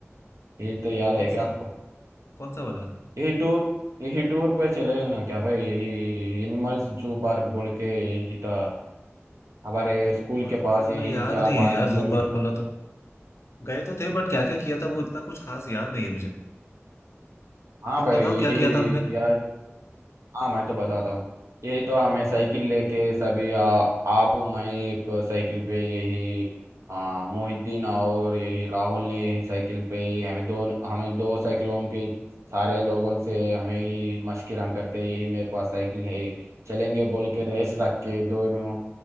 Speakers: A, on the right (about 80°); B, on the left (about 65°).
A: यही तो याद है
B: कौन
A: क्या
B: सा
A: आपको
B: कौन सा वाला
A: यही टूर यही टूर पे चले गए ना क्या भाई यही एनिमल्स जू पार्क बोल के यही था हमारे
B: जू
A: स्कूल
B: पार्क
A: के पास
B: वाला
A: यही
B: याद
A: चार
B: नहीं
A: पाँच
B: है यार
A: किलोमीटर
B: जू पार्क वाला तो गए तो थे बट क्या क्या किया था वो इतना कुछ खास याद नहीं है मुझे
A: हाँ
B: तुम
A: भाई
B: बताओ
A: यही
B: क्या किया था हमने
A: किया हाँ मैं तो बताता हूँ यही तो हमें साइकिल लेके सभी आ, आप मैं एक साइकिल पे यही आ, मोहिद्दीन और यही राहुल ने यही साइकिल पे ही हमें दो हमें दो साइकिलों के सारे लोगों से हमें ही मशकिरा करते यही मेरे पास साइकिल है चलेंगे बोल के रेस रख के दोनों